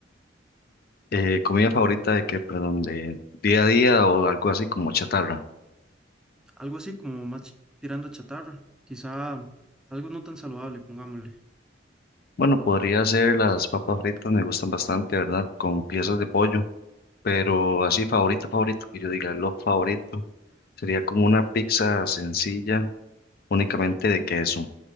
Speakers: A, on the left; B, in the centre.
A: Eh, ¿comida favorita de qué? Perdón, de día a día o algo así como chatarra.
B: Algo así como más ch- tirando a chatarra, quizá algo no tan saludable, pongámosle.
A: Bueno, podría ser las papas fritas, me gustan bastante, ¿verdad? Con piezas de pollo. Pero así favorito, favorito, que yo diga lo favorito, sería como una pizza sencilla, únicamente de queso.